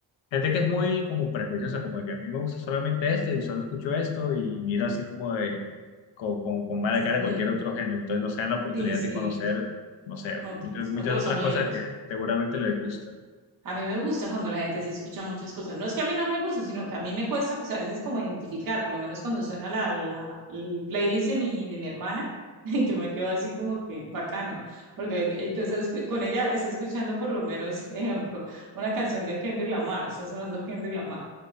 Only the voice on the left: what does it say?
Gente que es muy como prejuiciosa, como de que a mí me gusta solamente esto y solo escucho esto y mira así como de con, con, con mala
cara cualquier otro género. Entonces no se dan la oportunidad
de conocer, no sé,
muchas, muchas
otras
cosas que seguramente les gustan.